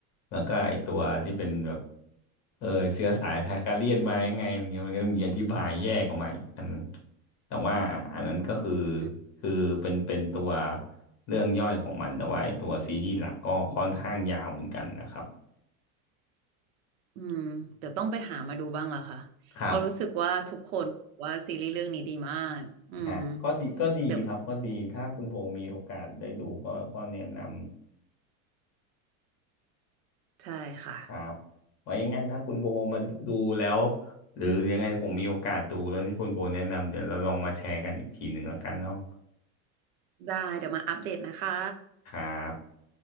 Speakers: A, on the left; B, on the right.
A: แล้วก็ไอตัวที่เป็นแบบเออเชื้อสายทาการเลียนมายังไงอะไรเงี้ยมันก็จะมีอธิบายแยกออกมาอีกอันนึงแต่ว่าอะอันนั้นก็คือ
B: อืม
A: คือเป็นเป็นตัวเรื่องย่อยของมันแต่ว่าไอตัวซีรีส์หลักก็ค่อนข้างยาวเหมือนกันนะครับ
B: อืมเดี๋ยวต้องไปหามาดูบ้างละค่ะเพราะรู้สึกว่าทุกคนบอกว่าซีรีส์เรื่องนี้ดีมากอืม
A: ครับฮะก็ดีก็ดีครับก็ดีถ้าคุณโบมีโอกาสได้ดูก็ก็แนะนำ
B: เดี๋ยวไปใช่ค่ะ
A: ครับไว้ยังไงถ้าคุณโบมาดูแล้วหรือยังไงผมมีโอกาสดูเรื่องที่คุณโบแนะนำเดี๋ยวเราลองมาแชร์กันอีกทีหนึ่งแล้วกันเนาะ
B: ได้เดี๋ยวมาอัปเดตนะคะ
A: ครับ